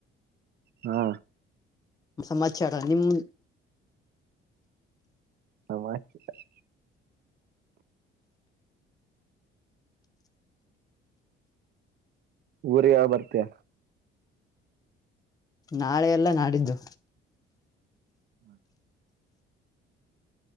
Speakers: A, on the right (about 55°); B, on the left (about 20°).
A: ಹಾ
B: ಸಮಾಚಾರ ನಿಮ್ಮನ್
A: ಸಮಾಚಾರ್ ಊರಿಗ ಯಾವಾಗ್ ಬರ್ತಿ.
B: ನಾಳೆ ಎಲ್ಲ ನಾಡಿದ್ದು.
A: ಹ್ಮ <unintelligible>